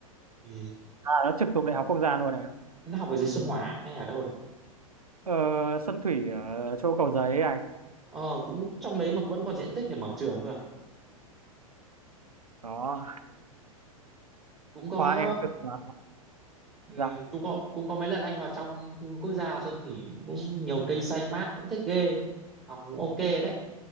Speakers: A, on the right (about 20°); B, on the right (about 80°).
A: Ừ.
B: À, nó trực thuộc Đại học Quốc gia luôn này ạ.
A: nó học ở dưới Xuân Hòa à? hay ở đâu đấy
B: Ờ, Xuân Thủy ở chỗ Cầu Giấy này.
A: ờ cũng trong đấy mà vẫn còn diện tích để mở trường cơ à?
B: Đó,
A: cũng có
B: khoa em cực mà.
A: ừm,
B: Dạ.
A: cũng có cũng có mấy lần anh vào trong quốc gia Xuân Thủy cũng nhiều cây xanh mát cũng thích ghê học cũng ok đấy